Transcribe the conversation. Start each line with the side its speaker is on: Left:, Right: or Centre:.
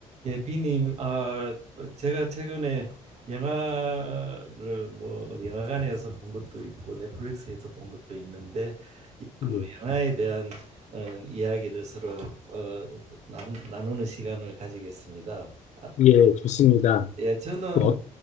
Right: 예, 비님, 아, 제가 최근에 영화를 뭐 어디 영화관에서 본 것도 있고 넷플릭스에서 본 것도 있는데 이- 그
Left: 예,
Right: 영화에 대한 어, 이야기를 서로 어, 나, 나누는 시간을 가지겠습니다. 아,
Left: 예, 좋습니다.
Right: 예, 저는
Left: 어,